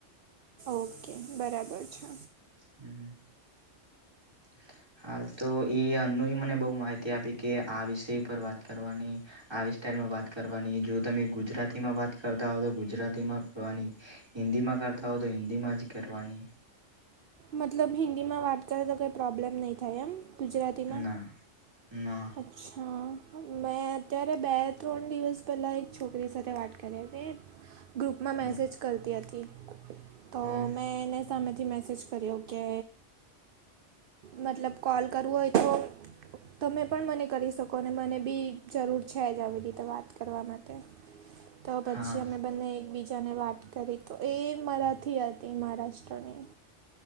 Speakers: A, on the right; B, on the right.
A: ઓકે બરાબર છે
B: હમ હ હાલ તો એ અનુ મને બહુ માહિતી આપી કે આ વિષય પર વાત કરવાની આવી સ્ટાઇલમાં વાત કરવાની જો તમે ગુજરાતીમાં વાત કરતા હોવ તો ગુજરાતીમાં કરવાની હિન્દી માં કરતા હો તો હિન્દીમાં જ કરવાની
A: મતલબ હિન્દીમાં વાત કરે તો કંઈ પ્રોબ્લેમ નહીં થાય એમ ગુજરાતીમાં?
B: ના ના
A: અચ્છા મેં અત્યારે બે ત્રણ દિવસ પહેલા એક છોકરી સાથે વાત કરી હતી ગ્રુપમાં
B: હમ
A: મેસેજ કરતી હતી તો
B: હમ
A: મેં એને સામેથી મેસેજ કર્યો કે મતલબ કોલ કરવો હોય તો તમે પણ મને કરી શકો અને મને ભી જરૂર છે જ આવી રીતે વાત કરવા માટે તો પછી
B: હા
A: અમે બને એકબીજાની વાત કરી તો એ મરાઠી હતી મહારાષ્ટ્રની